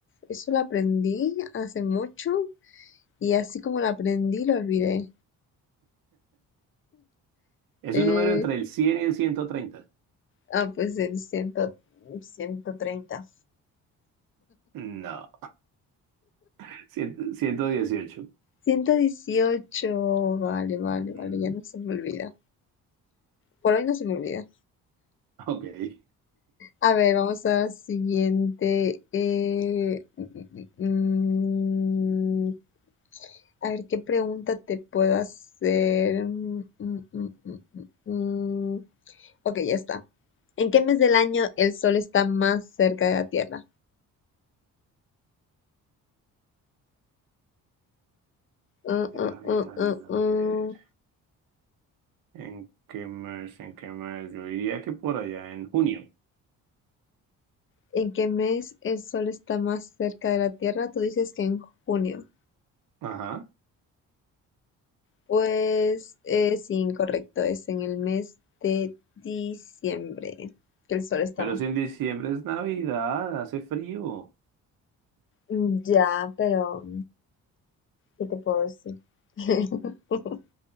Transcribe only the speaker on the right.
¿Es
un número entre el cien y el ciento treinta
No. <laughs> Cien- 118.
Ujú.
Ok. A
ver,
a ver,
a ver,
a
ver. ¿En qué mes? ¿En qué mes? Yo diría que por allá en junio.
Ajá.
Pero
si en diciembre es Navidad, hace frío.